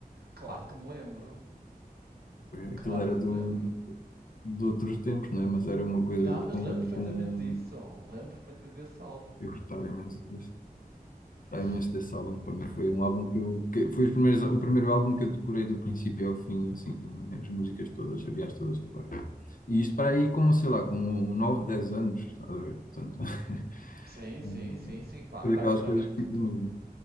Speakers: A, on the right; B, on the left.
A: Claro que me lembro. Claro
B: Aquilo era
A: que
B: do,
A: me lembro.
B: de outros tempos, não é? Mas era uma coisa
A: Não, mas
B: com,
A: lembro perfeitamente
B: com...
A: disso. Lembro perfeitamente desse álbum.
B: Eu gostava imenso desse, gostava
A: Ai,
B: imenso desse álbum. Para mim foi um álbum que eu... Que foi os primeiros, o primeiro álbum que eu decorei do princípio ao fim, assim, as músicas todas, sabia-as todas de cor. E isto para aí com, sei lá, com 9 10 anos, estás a ver? Portanto, <laughs>
A: Sim,
B: hum,
A: sim, sim, sim. Claro,
B: foi
A: claro
B: daquelas
A: que sou mais
B: coisas
A: velho
B: que
A: que
B: ficam
A: tu.
B: mesmo.